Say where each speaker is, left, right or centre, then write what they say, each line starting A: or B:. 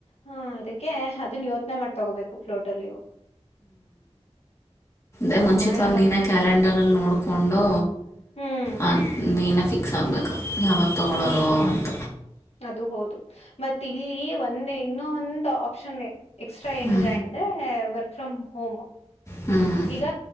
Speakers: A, on the left; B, on the left.
A: ಹಾ ಅದಕ್ಕೆ ಅದನ್ನ ಯೋಚನೆ ಮಾಡ್ ತೊಗೋಬೇಕು ಫ್ಲೋರ್ಟ ಅಲ್ಲಿವು
B: ಅೇ ಮುಂಚಿತವಾಗಿ
A: ಮಾಡೋಣ ಮತ್
B: ನೀನ ಕ್ಯಾಲೆಂಡರ್ ಅಲ್ಲಿ ನೋಡ್ಕೊಂಡು
A: ಹ್ಮ್
B: ಅ ನೀನ ಫಿಕ್ಸ್ ಆಗಬೇಕು ಯಾವಾಗ ತೊಗೊಳ್ಳೋದು
A: ಹ್ಮ್ ಹ್ಮ್
B: ಅಂತ
A: ಅದು ಹೌದು ಮತ್ತ ಇಲ್ಲಿ ಒಂದೇ ಇನ್ನೊ ಒಂದ ಆಪ್ಷನ್ ಎಕ್ಸ್ಟ್ರಾ
B: ಹ್ಞೂ
A: ಏನಿದೆ ಅ ಅಂದ ವರ್ಕ್ ಫ್ರ್ ಹೋಮ್
B: ಹ್ಞೂ
A: ಈಗ